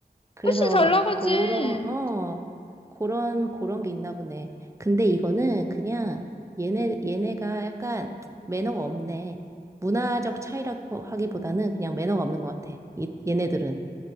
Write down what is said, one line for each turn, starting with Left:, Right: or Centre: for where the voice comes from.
Right: 그래서
Left: 훨씬 잘 나가지.
Right: 그런 어 그런 그런 게 있나 보네. 근데 이거는 그냥 얘네 얘네가 약간 매너가 없네. 문화적 차이라고 하기보다는 그냥 매너가 없는 것 같아. 이, 얘네들은